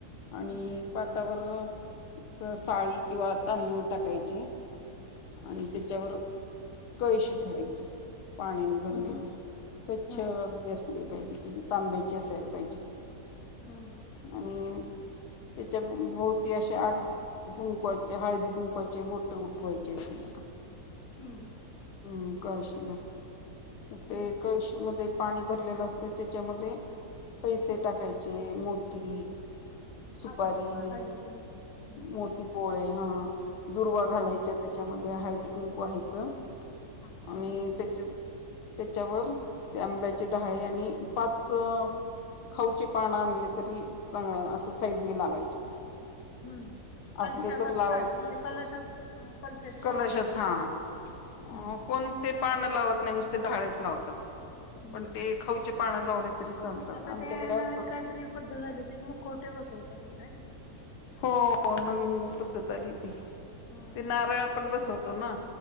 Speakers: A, on the left; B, on the left.
A: आणि
B: हम्म हम्म
A: पाटावर अस साळी किंवा तांदूळ टाकायचे आणि त्याच्यावर कळशी ठेवायची पाण्याने
B: हम्म
A: भरलेली स्वच्छ
B: हम्म
A: असली पाहिजे तांब्याची असायला पाहिजे
B: हम्म
A: आणि त्याच्या भोवती अशे आठ कुंकवाचे हळदी कुंकवाचे बोट उठवाय जसे <inaudible>
B: हम्म हम्म
A: हम्म कळशीला
B: हम्म
A: ते कळशी मध्ये पाणी भरलेलं असतय त्याच्यामध्ये पैसे टाकायचे मोती सुपारी
B: अक्षदा, हळदी कुंकू हम्म
A: मोतीपोवळे हां ह दुर्वा घालायच्या
B: हम्म
A: त्याच्यामध्ये हळदी कुंकू वहायचं
B: अक्षदा
A: आणि त्याचे त्याच्यावर त्या आंब्याचे डाहळे आणि पाच खाऊचे पानं आणले तरी चांग असं साईडनी लावायचे ते
B: हम्म कलशासारखं
A: असले तर लावायचेच
B: करायचं म्हणजे कलशच कलशाची पूजा
A: कलशच
B: करायची
A: हा अ
B: हम्म
A: कोणते पान लावत नाही नुस ते डहाळेच लावतात
B: हम्म
A: पण ते खावचे पान लावले तरी चालतात
B: आता
A: आमच्याकडे
B: ते
A: असतात
B: नवीन काहीतरी पद्धत झाली ते मुकोटे बसवतात आता.
A: हो नवीन पद्धत आली ती
B: हा.
A: ते नारळ आपण बसवतो ना